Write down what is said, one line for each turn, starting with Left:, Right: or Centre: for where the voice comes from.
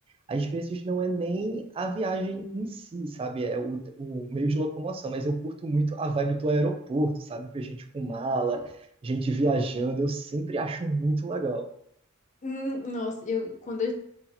Right: às vezes não é nem a viagem em si, sabe? É o, o meio de locomoção, mas eu curto muito a vibe do aeroporto, sabe? Ver gente com mala, gente viajando, eu sempre acho muito legal.
Left: Hum, Nossa, eu quando eu